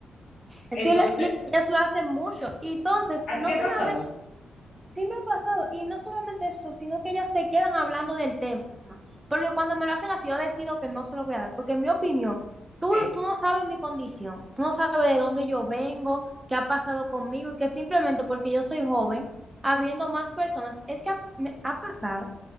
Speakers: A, on the right (about 15°); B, on the left (about 85°).
A: Es
B: Entonces,
A: que lo- ellos, ellas lo hacen mucho. Y entonces,
B: ¿a
A: no
B: ti te ha
A: solamente,
B: pasado?
A: sí me ha pasado, y no solamente esto, sino que ellas se quedan hablando del tema. Porque cuando me lo hacen así, yo decido que no se lo voy a dar. Porque en mi opinión,
B: Sí.
A: tú, tú no sabes mi condición, tú no sabes de dónde yo vengo, qué ha pasado conmigo, y que simplemente porque yo soy joven, habiendo más personas, es que ha- me ha pasado